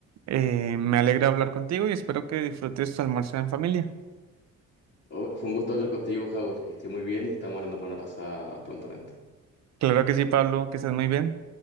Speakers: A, on the right; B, on the left.
A: eh, me alegra hablar contigo y espero que disfrutes tu almuerzo en familia.
B: Oh, fue un gusto hablar contigo, Howard. Que esté muy bien y estamos hablando por una pasada prontamente.
A: Claro que sí, Pablo, que estés muy bien.